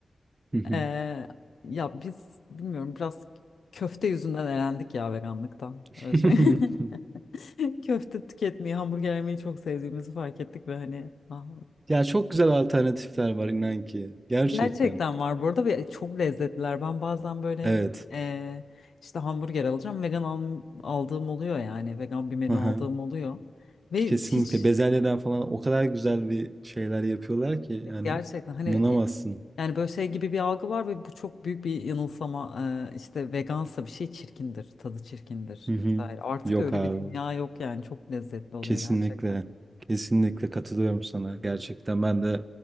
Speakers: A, on the right; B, on the left.
A: <laughs>
B: Eee, ya biz bilmiyorum biraz köfte yüzünden elendik ya veganlıktan.
A: <laughs>
B: Öyle söyleyeyim. <laughs> Köfte tüketmeyi, hamburger yemeyi çok sevdiğimizi fark ettik ve hani ah,
A: Ya çok güzel alternatifler var inan ki. Gerçekten.
B: Gerçekten var burada ve çok lezzetliler. Ben bazen böyle
A: Evet.
B: eee, işte hamburger alacağım. Vegan al- aldığım oluyor yani. Vegan bir menü
A: Aha.
B: aldığım oluyor. Ve
A: Kesinlikle.
B: hiç Kesinlikle.
A: Bezelyeden falan o kadar güzel bir şeyler yapıyorlar ki
B: evet,
A: yani
B: gerçekten hani
A: inanamazsın.
B: e, yani böyle şey gibi bir algı var ve bu çok büyük bir yanılsama. Eee, işte vegansa bir şey çirkindir, tadı çirkindir
A: Hı hı.
B: vesaire. Artık
A: Yok
B: öyle
A: abi.
B: bir dünya yok yani. Çok lezzetli oluyor
A: Kesinlikle.
B: gerçekten.
A: Kesinlikle katılıyorum sana. Gerçekten ben de